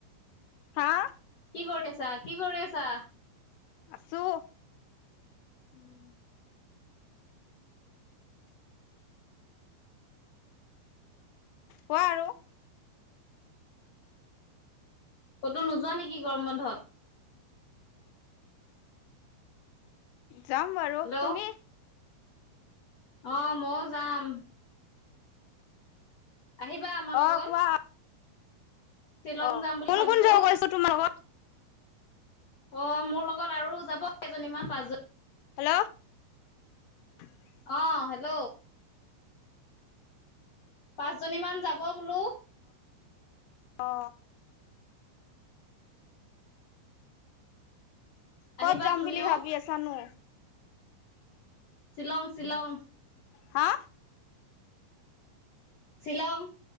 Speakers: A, on the left; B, on the left.
A: হা
B: কি কৰি আছা কি কৰি আছা
A: আছো
B: উম
A: কোৱা আৰু
B: কতো নোযোৱা নেকি গৰম বন্ধত
A: যাম বাৰু
B: হেল্ল'
A: তুমি
B: অ ময়ো যাম। আহিবা আমাৰ
A: অ
B: লগত
A: কোৱা
B: শ্বিলং
A: অ'
B: যাম বুলি
A: কোন
B: ভাবিছো
A: কোন জ গৈছ তোমাৰ লগত
B: অ' মোৰ লগত আৰু যাব কেইজনীমান পাঁচজনি
A: হেল্ল <unintelligible>
B: অ হেল্ল পাঁচজনী মান যাব বোলো।
A: অ
B: আহিবা
A: ক'ত যাম
B: তুমিও
A: বুলি ভাবি আছানো
B: শ্বিলং শ্বিলং
A: হা
B: শ্বিলং